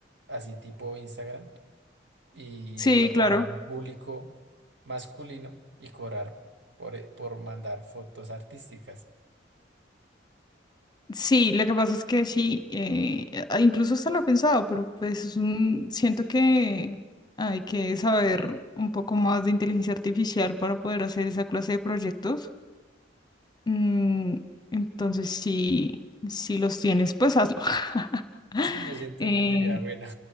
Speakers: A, on the right; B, on the left.
A: así tipo Instagram, y
B: sí,
A: acaparar
B: claro.
A: un público masculino y cobrar por, por mandar fotos artísticas.
B: Sí, lo que pasa es que sí, eh, a- incluso hasta lo he pensado, pero pues es un, siento que hay que saber un poco más de inteligencia artificial para poder hacer esa clase de proyectos. Mm, entonces, sí, si los tienes, pues hazlo. <laughs>
A: Sí, yo siento
B: Eh,
A: que sería buena.